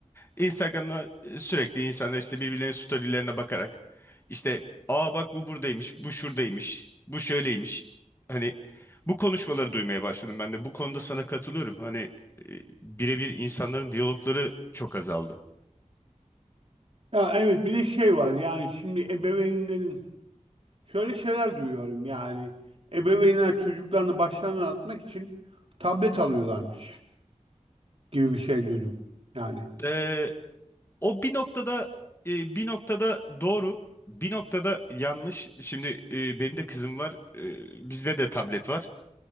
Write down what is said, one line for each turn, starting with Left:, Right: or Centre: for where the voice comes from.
Left: Instagram'da e, sürekli insanlar işte birbirlerinin storylerine bakarak işte aa bak bu buradaymış, bu şuradaymış, bu şöyleymiş. Hani bu konuşmaları duymaya başladım ben de. Bu konuda sana katılıyorum. Hani e, birebir insanların diyalogları çok azaldı.
Right: Ya evet bir de şey var yani şimdi ebeveynlerin Şöyle şeyler duyuyorum yani. Ebeveynler çocuklarını başlarına atmak için tablet alıyorlarmış gibi bir şey duydum. Yani
Left: Ee, o bir noktada e, bir noktada doğru, bir noktada yanlış. Şimdi e, benim de kızım var, e, bizde de tablet var.